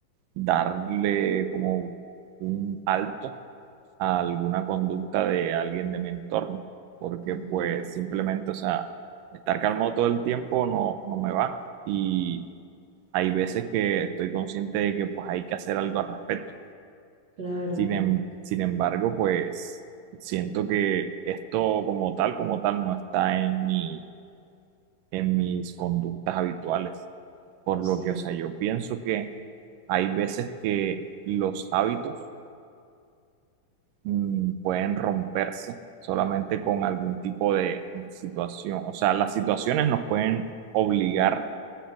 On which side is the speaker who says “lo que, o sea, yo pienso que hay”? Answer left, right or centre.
Right